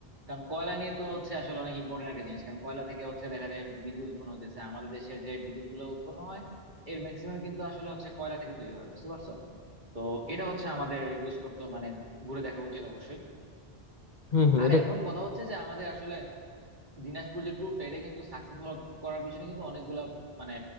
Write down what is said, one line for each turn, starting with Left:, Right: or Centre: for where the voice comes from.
Right: কারণ কয়লা নিয়ে তো হচ্ছে আসলে অনেক ইম্পর্টেন্ট একটা জিনিস কারণ কয়লা থেকে হচ্ছে দেখা যায় বিদ্যুৎ উৎপন্ন হইতেছে আমাদের দেশে যে বিদ্যুৎ গুলো উৎপন্ন হয় এর ম্যাক্সিমাম কিন্তু আসলে হচ্ছে কয়লা থেকে তৈরি হয় বুঝতে পারছো তো এটা হচ্ছে আমাদের ইউজ করতে মানে ঘুরে দেখা উচিত অবশ্যই
Left: হম হম
Right: আর
Left: এটা
Right: এখন
Left: ঠিক
Right: কথা হচ্ছে যে আমাদের আসলে দিনাজপুর যে ট্যুরটা এটা কিন্তু সাকসেসফুল করার পিছনে কিন্তু অনেকগুলা মানে